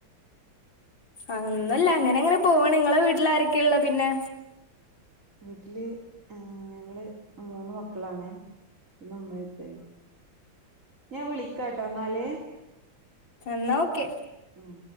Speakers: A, on the left; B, on the right.
A: അന്നുല്ല അങ്ങനങ്ങനെ പോണ് ങ്ങളെ വീട്ടിലാരൊക്കെ ഇള്ളേ പിന്നെ
B: വീട്ടില് ഞങ്ങള് മൂന്ന് മക്കളാണേ പിന്നെ ഉമ്മേം ഉപ്പേം ഞാന് വിളിക്കാട്ടൊന്നാല്
A: ന്നാ ഓക്കെ
B: മ്